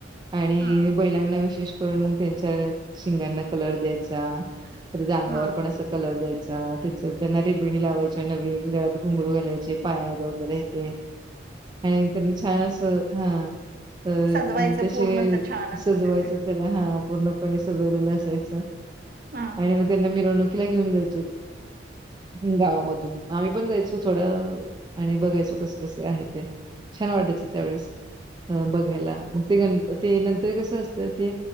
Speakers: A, on the right; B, on the right.
A: आणि
B: हा
A: बैलांना विशेष करून मग त्यांच्या. शिंगांना कलर द्यायचा. त्या अंगावर
B: हा
A: पण अस कलर द्यायचा. स त्यांना. रिबिणी लावायच्या नवीन. गळ्यात घुंगरू घालायचे पायात वगैरे येत. आणि त्यांनी छान असं हा. अ त्या
B: सजवायचं
A: तसे
B: पूर्ण असं छान
A: सजवायचं
B: असतं त्याचे
A: त्याला हा पूर्ण. पणे सजवलेलं असायच.
B: हा
A: आणि मग त्यांना मिरवणुकीला घेऊन जायचे. ह् गावामधून आम्ही पण जायचो थोडं बघायच कस-कस आहे ते. छान वाटायच त्यावेळेस. अ बघायला. मग ते ते नंतर कस असत ते.